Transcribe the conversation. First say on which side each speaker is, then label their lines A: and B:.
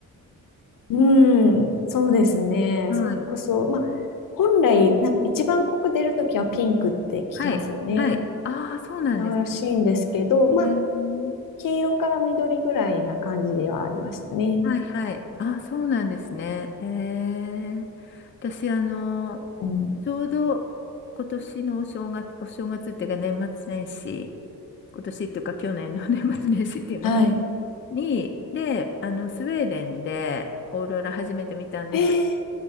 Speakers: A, on the left; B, on the left.
A: うん、そうですね。
B: はい。
A: それこそ、まあ、本来、なんか一番濃く出るときはピンクって聞きますよね。
B: はい。はい。ああ、そうなんですか。
A: らしいんですけど、
B: えー、
A: まあ、黄色から緑ぐらいな感じではありましたね。
B: はい、はい。あそうなんですね。えー、私、あの、
A: うん。
B: ちょうど今年のお正月、お正月っていうか年末年始、今年っていうか去年の <laughs> 年末年始っていうのか
A: はい。
B: に、で、あの、スウェーデンでオーロラ初めて見たんですよ。
A: えー、え